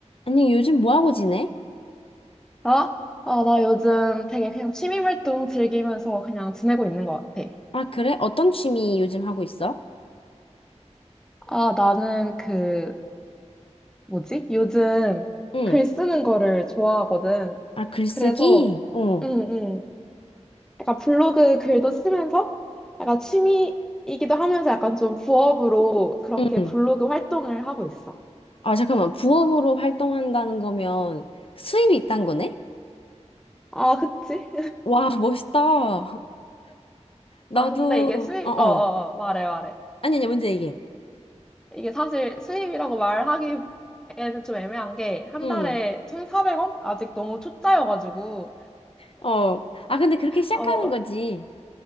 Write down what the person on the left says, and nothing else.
아니, 요즘 뭐 하고 지내?
아, 그래? 어떤 취미 요즘 하고 있어?
응.
아, 글쓰기?
어.
응.
아, 잠깐만. 부업으로 활동한다는 거면 수입이 있단 거네?
와, 멋있다. <laughs> 나도,
어어.
아니, 아니, 먼저 얘기해.
응.
어. 아, 근데 그렇게 시작하는
거지.